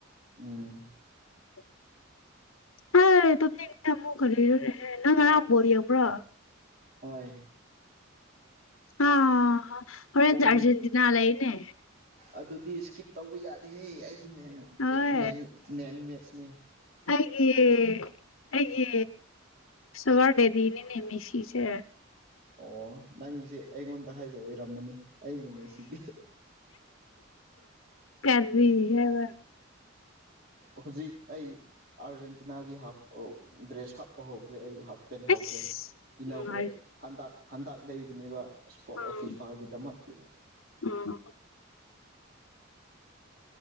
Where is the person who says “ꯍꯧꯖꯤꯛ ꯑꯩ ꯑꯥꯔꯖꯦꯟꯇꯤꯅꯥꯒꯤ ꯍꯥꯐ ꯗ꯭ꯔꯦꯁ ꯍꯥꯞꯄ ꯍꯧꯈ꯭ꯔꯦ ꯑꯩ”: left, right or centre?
Right